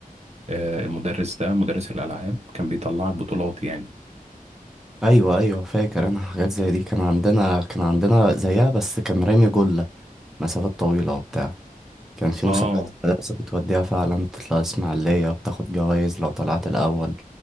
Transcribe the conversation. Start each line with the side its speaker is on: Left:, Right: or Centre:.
Right: آه، المدرس ده مدرس الألعاب كان بيطلعك بطولات يعني
Centre: ايوه ايوه فاكر انا حاجات زي دي كان عندنا كان عندنا زيها بس كان رامي جلة مسافات طويلة وبتاع كان في مسابقات
Right: اه
Centre: المدرسة بتوديها فعلا بتطلع إسماعيلية بتاخد جوايز لو طلعت الأول